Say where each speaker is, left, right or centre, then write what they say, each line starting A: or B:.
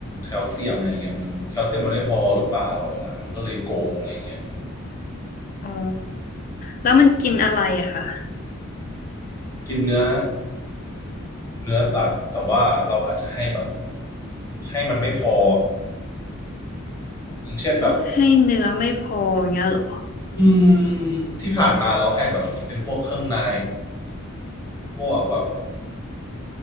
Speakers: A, on the left; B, on the left.
A: แคลเซียมอะไรเงี้ยเหมือนแคลเซียมมันไม่พอหรือเปล่าหลังมันก็เลยโกงอะไรเงี้ย
B: อ๋อแล้วมันกินอะไรอะคะ
A: กินเนื้อเนื้อสัตว์แต่ว่าเราอาจจะให้แบบให้มันไม่พออย่างเช่นแบบ
B: ให้เนื้อไม่พออย่างเงี้ยเหรอ
A: อืมที่ผ่านมาเราให้แบบเป็นพวกเครื่องในพวกแบบ